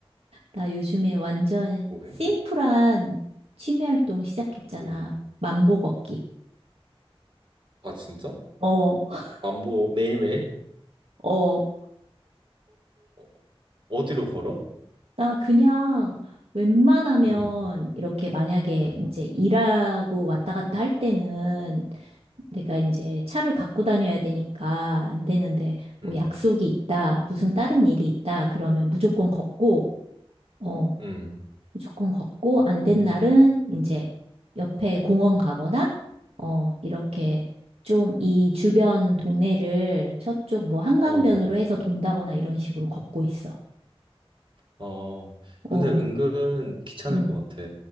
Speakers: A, on the right; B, on the right.
A: 나 요즘에 완전
B: 뭐해?
A: 심플한 취미 활동 시작했잖아.
B: 음,
A: 만보 걷기.
B: 아 진짜?
A: 어, <laughs>
B: 안보 매일매일?
A: 어.
B: 어, 어디로 걸어?
A: 나 그냥 웬만하면
B: 음,
A: 이렇게 만약에
B: 음,
A: 이제 일하고 왔다 갔다 할 때는 내가 이제 차를 갖고 다녀야 되니까 안 되는데 뭐
B: 음,
A: 약속이 있다, 무슨 다른 일이 있다 그러면 무조건 걷고, 어,
B: 음,
A: 무조건 걷고 안
B: 음,
A: 된 날은 이제 옆에 공원 가거나, 어, 이렇게 좀 이 주변 동네를 저쪽 뭐 한강변으로
B: 어,
A: 해서 돈다거나 이런 식으로 걷고 있어.
B: 어.
A: 어,
B: 근데 은근 귀찮을
A: 응.
B: 것 같아.